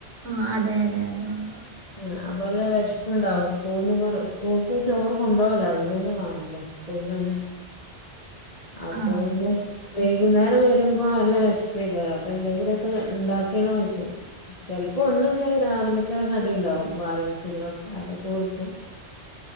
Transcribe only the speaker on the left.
അ അപ്പല്ല വശപ്പ് ഉണ്ടാവും സ്കൂൾന്ന് സ്കൂൾക്ക് ചോറ് കൊണ്ടോവല്ല അവിട്ന്നനെ വാങ്ങല സ്കൂൾനന്നെ അപ്പൊവൽ
വൈകുന്നേരം വരുമ്പോ നല്ല വെശ്പേക്കല്ലോ അപ്പൊ എന്തെങ്കിലെക്കെ ഇണ്ടാക്കിനെയിണച്ചും ഇപ്പൊ ഒന്നുല്ലകി രാവിലക്കെ കടിണ്ടാവും ബാലൻസ്ള്ള ഒക്കെ അതൊക്കെ കൊടുക്കും